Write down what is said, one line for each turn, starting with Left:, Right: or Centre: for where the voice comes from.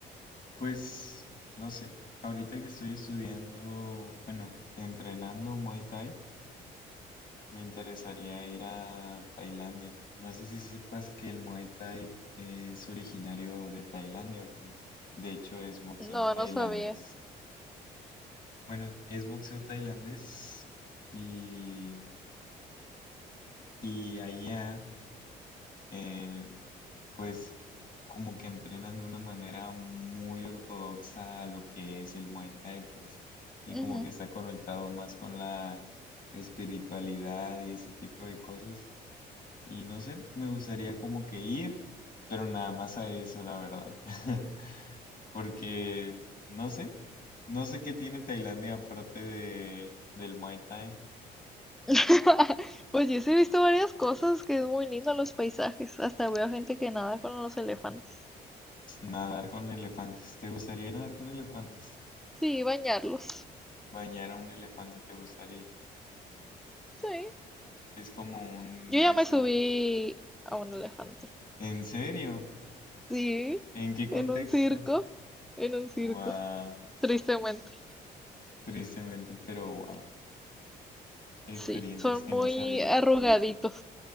Left: Pues, no sé, ahorita que estoy estudiando, bueno, entrenando Muay Thai, me interesaría ir a Tailandia. No sé si sepas que el Muay Thai es originario de Tailandia, pues, de hecho es boxeo
Centre: No,
Left: tailandés.
Centre: no sabía.
Left: Bueno, es boxeo tailandés y, y allá eh, pues como que entrenan de una manera muy ortodoxa a lo que es el Muay Thai, pues, y
Centre: Ujú.
Left: como que está conectado más con la espiritualidad y ese tipo de cosas. Y no sé, me gustaría como que ir, pero nada más a eso, la verdad. <laughs> Porque no sé, no sé qué tiene Tailandia aparte de, del Muay Thai.
Centre: <laughs> Pues yo sí he visto varias cosas que es muy lindo los paisajes. Hasta veo gente que nada con los elefantes.
Left: Nadar con elefantes. ¿Te gustaría nadar con elefantes?
Centre: Sí, bañarlos.
Left: ¿Bañar a un elefante te gustaría?
Centre: Sí.
Left: Es como un
Centre: Yo ya
Left: deseo.
Centre: me subí a un elefante.
Left: ¿En serio?
Centre: Sí,
Left: ¿En qué contexto?
Centre: en un circo, en un circo,
Left: Wow,
Centre: tristemente.
Left: tristemente, pero wow. Experiencias
Centre: Sí, son
Left: que
Centre: muy
Left: no sabía.
Centre: arrugaditos.